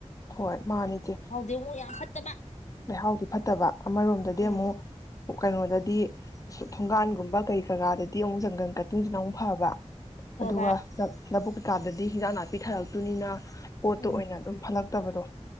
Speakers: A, on the left (about 30°); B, on the left (about 80°).
A: ꯍꯣꯏ ꯃꯥꯅꯤ ꯆꯦ
B: ꯉꯣ ꯌꯥꯝ ꯐꯠꯇꯕ
A: ꯂꯩꯍꯥꯎꯗꯤ ꯐꯠꯇꯕ ꯑꯃꯔꯣꯝꯗꯗꯤ
B: ꯎꯝ
A: ꯑꯃꯨꯛ ꯀꯩꯅꯣꯗꯗꯤ ꯊꯣꯡꯒꯥꯟꯒꯨꯝꯕ ꯀꯩ ꯀꯀꯥꯗꯗꯤ ꯑꯃꯨꯛ ꯖꯪꯒꯜ ꯀꯇꯤꯡꯁꯤꯅ ꯑꯃꯨꯛ ꯐꯕ
B: ꯐꯕ
A: ꯑꯗꯨꯒ ꯂꯛ ꯂꯧꯕꯨꯛ ꯀꯥꯗꯗꯤ ꯍꯤꯟꯖꯥꯡ ꯅꯥꯄꯤ ꯊꯥꯔꯛꯇꯨꯅꯤꯅ ꯄꯣꯠꯇꯣ
B: ꯎꯝ
A: ꯑꯣꯏꯅ ꯑꯗꯨꯝ ꯐꯠꯂꯛꯇꯕꯗꯣ